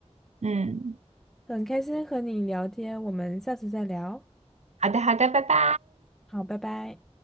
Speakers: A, on the right; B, in the centre.
A: 嗯。
B: 很开心和你聊天，我们下次再聊。
A: 好的，好的，拜拜。
B: 好，拜拜。